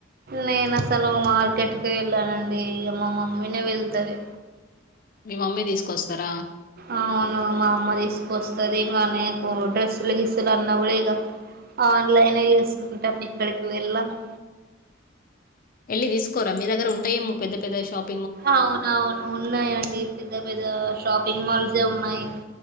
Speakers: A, on the right; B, on the left.
A: నేను అసలు మార్కెట్కి వెళ్ళానండి ఇక మా మమ్మీనే వెళ్తది
B: మీ మమ్మీ తీసుకొస్తారా
A: అవును మా అమ్మ తీసుకొస్తది ఇంకా నాకు డ్రెస్సుల గీసులు అన్నవు ఇక ఆన్లైన్ నే చేసుకుంటాం ఇక్కడికి వెళ్ళము
B: వెళ్ళి తీసుకోరా మీ దగ్గర ఉంటాయేమో పెద్ద పెద్ద షాప్
A: అవున అవును ఉన్నాయిండి పెద్ద పెద్ద షాపింగ్ మాల్సే ఉన్నాయి